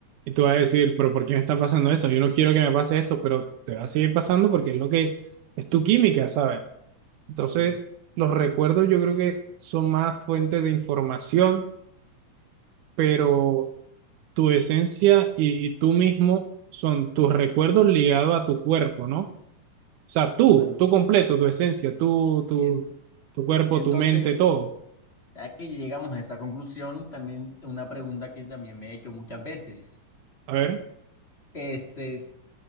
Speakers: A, on the right; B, on the left.
A: Y tú vas a decir, pero ¿por qué me está pasando eso? Yo no quiero que me pase esto, pero te va a seguir pasando porque es lo que es tu química, ¿sabes? Entonces,
B: Sí.
A: los recuerdos yo creo que son más fuentes de información, pero tu esencia y, y tú mismo son tus recuerdos ligados a tu cuerpo, ¿no? O sea, tú,
B: Y bueno,
A: tú completo, tu esencia, tú, tu,
B: y, en-
A: tu cuerpo,
B: y entonces,
A: tu mente, todo.
B: ya que llegamos a esa conclusión, también una pregunta que también me he hecho muchas veces.
A: A ver,
B: Este es